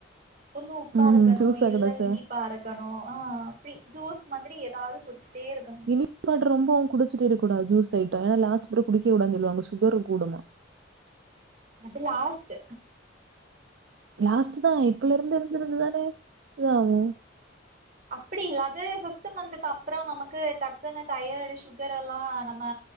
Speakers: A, on the right; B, on the right.
A: ஒண்ணு உப்பா
B: ம்
A: இருக்கணு
B: ஜூஸா
A: இல்ல
B: கெடச்சா
A: இனிப்பா இருக் க்கணும் அ அப்டி ஜீஸ் மாதிரி எதாவ்து குடிஷ்ட்டே இருக்
B: இனிப்பு <inaudible> ரொம்பவும் குடிச்சுட்டு விட கூடாதுனு சொல்ட்ட லாஸ்ட் வர குடிக்ககூடாது சொல்வாங்க சுகரு கூடுமா
A: அது லாஸ்ட்டு
B: லாஸ்ட்டு தா இப்பல இருந்து இருந்திருந்ததா இதாவு
A: அப்படி இல்லாது பிப்து மந்த்துக்கு அப்புறம் நமக்கு தக்குனு தைராய்டு சுகர் எல்லா நம்ம